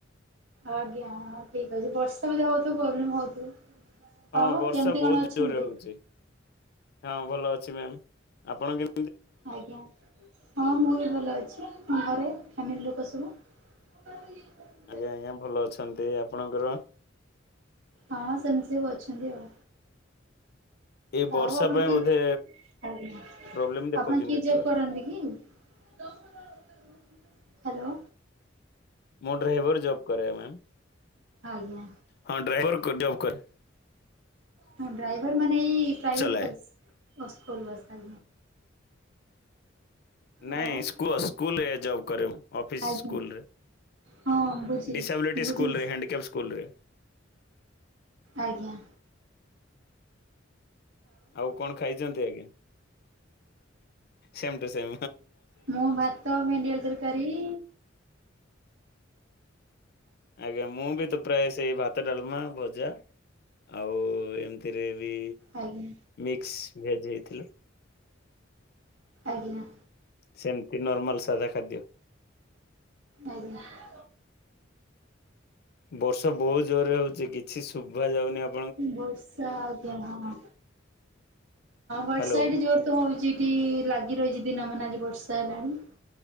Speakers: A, on the right; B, on the left.
A: ଆଜ୍ଞାଁ ହଁ ଠିକ ଅଛି ବର୍ଷା ବୋଧେ ହଉଥିବ ପ୍ରୋବ୍ଲେମ ହଉଥିବ।
B: ହଁ
A: ଆଉ
B: ବର୍ଷା
A: କେମିତି
B: ବହୁତ
A: କଣ ଅଛନ୍ତି?
B: ଜୋରରେ ହଉଛି ହଁ ଭଲ ଅଛି ମ୍ୟାମ୍ ଆପଣ କେମ୍
A: ଆଜ୍ଞା ହଁ ମୁଁ ବି ଭଲ ଅଛି ଘରେ ଫ୍ୟାମିଲୀ ଲୋକ ସବୁ? <inaudible>
B: ଆଜ୍ଞା ଆଜ୍ଞା ଭଲ ଅଛନ୍ତି ଆପଣଙ୍କର?
A: ହଁ ସେମିତି ସବୁ ଅଛନ୍ତି ଆଉ।
B: ଏଇ ବର୍ଷା
A: ଆଉ ଆପଣ
B: ପାଇଁ
A: କି
B: ବୋଧେ
A: ଆଞ
B: ପ୍ରୋବ୍ଲେମ ଦେଖଉଛି
A: ଆପଣ କି
B: ନେଟୱାର୍କ।
A: ଜୋବ୍ କରନ୍ତି କି? ହ୍ୟାଲୋ।
B: ମୁଁ ଡ୍ରାଇଭର ଜୋବ କରରେ ମମ।
A: ଆଜ୍ଞା।
B: ହଁ ଡ୍ରାଇଭର ଜବ କର
A: ହଁ ଡ୍ରାଇଭର ମାନେ ପ୍ରାଇଭେଟ
B: ଚଲାଏ।
A: Bus school bus.
B: ନାଇଁ
A: ଆଉ
B: ସ୍କୁଲ ସ୍କୁଲରେ ଜବ୍ କରରେ ମୁୁ। ଅଫିସ୍
A: ଆଜ୍ଞା
B: ସ୍କୁଲରେ
A: ହଁ ବୁଝିଲି
B: ଡିସାବିଲିଟି
A: ବୁଝିଲି
B: ସ୍କୁଲରେ ହ୍ୟାଣ୍ଡିକ୍ୟାପ୍ ସ୍କୁଲରେ।
A: ଆଜ୍ଞା।
B: ଆଉ କଣ ଖାଇଛନ୍ତି ଆଜ୍ଞା? ସମ୍ ଟୋ ସମେ
A: ମୋ ଭାତ ଭେଣ୍ଡିଆଳୁ ତରକାରୀ।
B: ଆଜ୍ଞା ମୁଁ ବି ତ ପ୍ରାୟ ସେଇ ଭାତ, ଡାଲମା, ଭଜା ଆଉ ଏମିତିରେ ବି
A: ଆଜ୍ଞା
B: ମିକ୍ସ ଭେଜ ହେଇଥିଲା।
A: ଆଜ୍ଞା।
B: ସେମିତି ନର୍ମାଲ ସାଧା ଖାଦ୍ୟ।
A: ଆଜ୍ଞା।
B: ବର୍ଷା ବହୁତ ଜୋରରେ ହଉଛି କିଛି ଶୁଭା ଯାଉନି ଆ
A: ବର୍ଷା ଆଜ୍ଞା ହଁ-ହଁ ବର୍ଷା
B: ହ୍ୟାଲୋ
A: ଏଇଠି ଯୋର ତ ହଉଛି ଏଠି ଲାଗି ରହିଛି ଦିନ ମାନ ଆଜି ବର୍ଷା ହେଲାଣି।